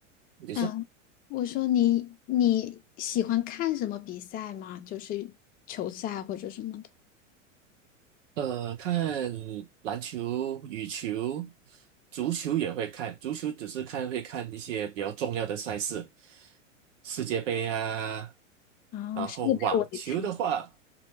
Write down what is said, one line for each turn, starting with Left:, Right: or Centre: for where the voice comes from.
Right: 你说，
Left: 嗯，我说你你喜欢看什么比赛吗？就是球赛或者什么的。
Right: 呃，看篮球、羽球、足球也会看，足球只是看会看一些比较重要的赛事，世界杯啊。
Left: 啊，
Right: 然后网球的话，
Left: 世界杯我也看，